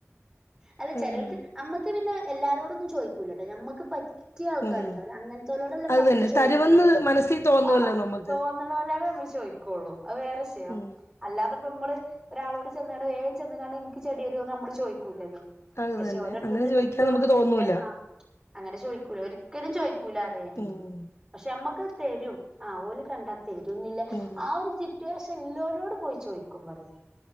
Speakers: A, on the right; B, on the left.
A: അല്ല
B: ഉം
A: ചേലോൽക്ക് അമ്മക്ക് പിന്നെ. എല്ലാരോടൊന്നും ചോയ്ക്കൂലട്ടാ ഞമ്മക്ക് പ പറ്റിയ ആൾക്കാരുണ്ടാവല്ലോ
B: ഉം
A: അങ്ങൻത്തോലോടെല്ലേ
B: അത്
A: പമ്മള്
B: തന്നെ
A: ചോയ്ക്കുള്ളു.
B: തരുമെന്ന് മനസ്സിൽ തോന്നുവല്ലോ
A: ആന്ന
B: നമുക്ക്
A: തോന്നുണോലോടെ മ്മൾ ചോയിക്കുള്ളു അത് വേറെഷയം
B: ഉം
A: അല്ലാതപ്പോ മ്മള്. ഒരാളോട് ചെന്നാണ്ട് വേൻ ചെന്നുകാണ്ട് ഇൻക് ചെടിയരോന്ന് നമ്മള് ചോയ്ക്കൂലല്ലോ.
B: അത്
A: പക്ഷെ
B: തന്നെ
A: ഓലട്ത്ത്ന്ന്
B: അങ്ങനെ ചോദിക്കാൻ
A: കിട്ടോ
B: നമുക്ക്
A: കിട്ടൂലെ
B: തോന്നൂല
A: ആ അങ്ങനെ ചോയ്ക്കൂല ക്കലും ചോയ്ക്കൂല അറിയാ ഞാന്
B: ഉം
A: പക്ഷെ മ്മക്കത് തരും ആ ഓല് കണ്ടർ തരുന്നില്ല
B: ഉം
A: ആ ഒരു സിറ്റുവേഷൻ ഉള്ളോലോട് പോയി ചോയ്ക്കും പറിം.